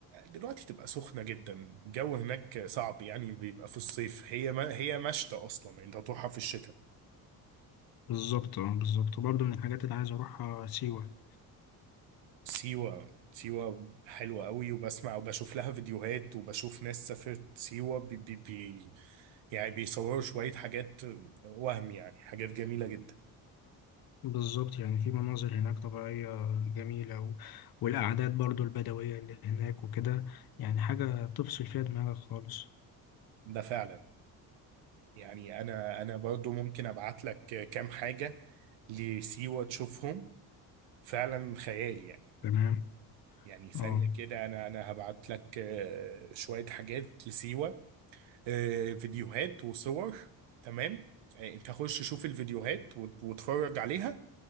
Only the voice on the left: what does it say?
بالظبط اه بالظبط وبرضه من الحاجات اللي عايز اروحها سيوه
بالظبط يعني في مناظر هناك طبيعيه جميله و... والاعداد برضه البدويه اللي هناك وكده يعني حاجه تفصل فيها دماغك خالص
تمام
اه